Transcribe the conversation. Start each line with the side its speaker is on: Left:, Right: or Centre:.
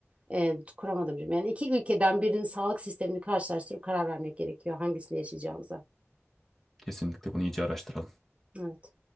Right: E, kuramadım cümle. Yani iki ülkeden birinin sağlık sistemini karşılaştırıp karar vermek gerekiyor hangisini yaşayacağımıza.
Centre: Kesinlikle bunu iyice araştıralım.
Right: Evet.